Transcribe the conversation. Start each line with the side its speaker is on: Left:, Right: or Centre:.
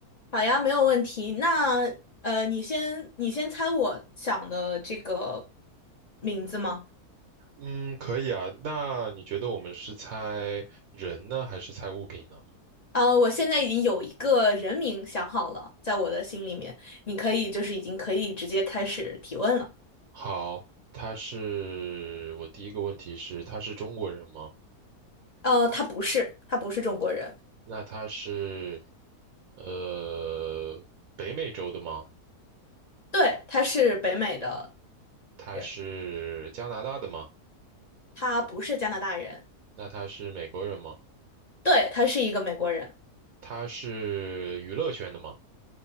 Left: 好呀，没有问题。那呃，你先你先猜我想的这个名字吗？
Right: 嗯，可以啊。那你觉得我们是猜人呢，还是猜物品呢？
Left: 呃，我现在已经有一个人名想好了，在我的心里面，你可以就是已经可以直接开始提问了。
Right: 好，他是，我第一个问题是，他是中国人吗？
Left: 呃，他不是，他不是中国人，
Right: 那他是，呃，北美洲的吗？
Left: 对，他是北美的
Right: 他是加拿大的吗？
Left: 人，他不是加拿大人，
Right: 那他是美国人吗？
Left: 对，他是一个美国人，
Right: 他是娱乐圈的吗？